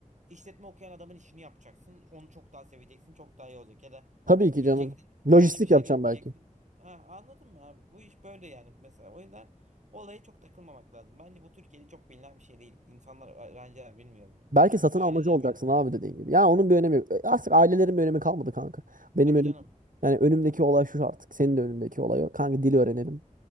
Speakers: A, on the right; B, on the right.
A: işletme okuyan adamın işini yapacaksın. Onu çok daha seveceksin çok daha iyi olacak. Ya da
B: Tabii ki
A: gideceksin
B: canım. Lojistik
A: kendine bir şeyler
B: yapacağım
A: ekleyeceksin.
B: belki.
A: Ha, anladın mı abi? Bu iş böyle yani mesela. O yüzden olaya çok takılmamak lazım. Bence bu Türkiye'de çok bilinen bir şey değil. İnsanlar, öğrenciler bilmiyor bunu.
B: Belki satın
A: Aileler
B: almacı olacaksın
A: bilmiyor.
B: abi dediğin gibi. Ya onun bir önemi yok. E, Artık ailelerin bir önemi kalmadı kanka. Benim
A: Tabii
B: önüm
A: canım.
B: yani önümdeki olay şu artık. Senin de önündeki olay o. Kanka dil öğrenelim.